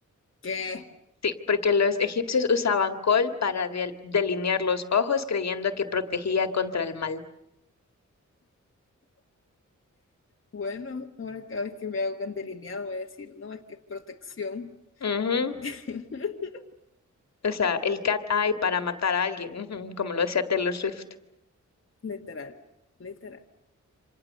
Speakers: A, on the left (about 45°); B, on the left (about 60°).
A: ¿Qué?
B: Sí, porque los egipcios usaban col para del- delinear los ojos creyendo que protegía contra el mal.
A: Bueno, ahora cada vez que me hago un delineado voy a decir, no, es que es protección.
B: Ujú.
A: <laughs>
B: O sea, el cat eye para matar a alguien, ujú, como lo decía Taylor Swift.
A: Literal, literal.